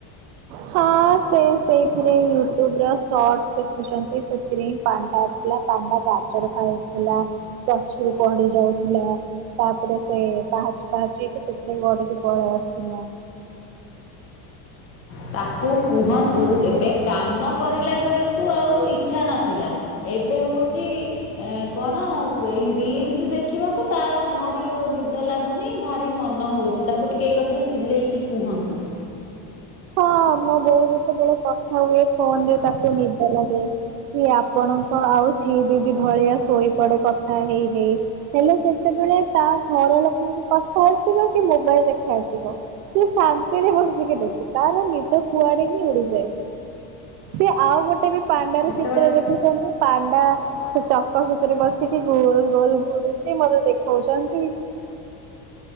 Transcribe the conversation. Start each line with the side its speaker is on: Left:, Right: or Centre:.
Right: ହଁ ସେ ସେଇଥିରେ ୟୁଟ୍ୟୁବ ର ସର୍ଟସ୍ ଦେଖୁଛନ୍ତି ସେଥିରେ ହିଁ ପାଣ୍ଡା ଥିଲା ପାଣ୍ଡା ଗାଜର ଖାଉଥିଲା ଗଛରୁ ପଡିି ଯାଉଥିଲା। ତାପରେ ସେ ପାହାଚ ପାହାଚ ହେଇକି ସେଥିରେ ଗଡିକି ପଳେଇ ଆସିଥିଲା।
Left: ତାକୁ କୁହନ୍ତୁ ଏବେ କାମ କରିଲା ବେଳକୁ ଆଉ ଇଚ୍ଛା ନଥିଲା। ଏବେ ହଉଛି ଏ କଣ ଏଇ ରିଲସ ଦେଖିବାକୁ ତାର ଭାରି ନିଦ ଲାଗୁନି ଭାରି ମନ ହଉଛି ତାକୁ ଟିକେ ଏଇ କଥାଟା ଚିଲେଇକି କୁହନ୍ତୁ।
Right: ହଁ ମୋ ବୋଉ ଯେତେବେଳେ କଥା ହୁଏ ଫୋନ ରେ ତାତେ ନିଦ ଲାଗେ କି ଆପଣ ଆଉ ଚି ଦିଦି ଭଳିଆ ଶୋଇପଡେ କଥା ହେଇ-ହେଇ। ହେଲେ ସେତେବେଳେ ତା ଘର ଲୋକଙ୍କୁ କଥା ଆସିବ କି ମୋବାଇଲ ଦେଖା ଆସିବ। ସିଏ ଶାନ୍ତିରେ ବସିକି ଦେଖୁଚି। ତାର ନିଦ କୁଆଡେ ହିଁ ଉଡିଯାଏ, ସେ ଆଉ ଗୋଟେ ବି ପାଣ୍ଡାର
Left: ଯେତେବେଳେ
Right: ଚିତ୍ର ଦେଖୁଛନ୍ତି। ପାଣ୍ଡା ସେ ଚକ ଭିତରେ ବସିକି ଗୋଲ ଗୋଲ ଘୁରୁଛି ମତେ ଦେଖଉଛନ୍ତି।